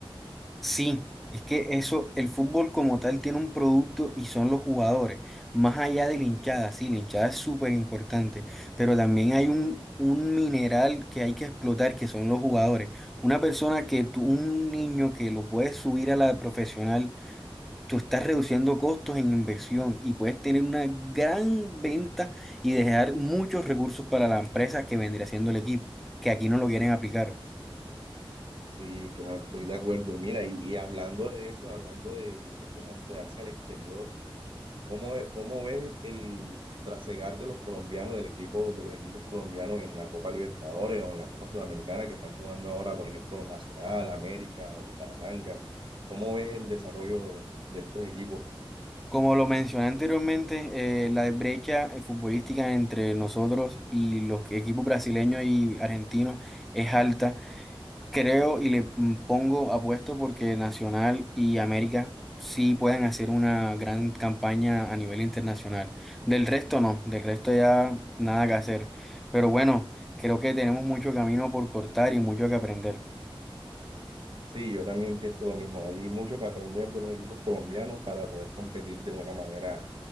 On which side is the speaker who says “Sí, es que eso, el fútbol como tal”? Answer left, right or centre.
Centre